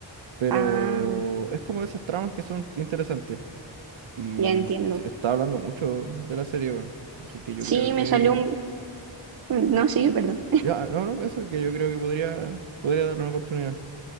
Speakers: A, on the right; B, on the right.
A: pero
B: Ah,
A: es como de esas tramas que son interesantes y
B: ya entiendo.
A: se está hablando mucho de la serie, bueno, así que yo
B: Sí,
A: creo que,
B: me salió un... No, sí, perdón.
A: ya, no, no, eso que yo creo que podría, podría darle una oportunidad.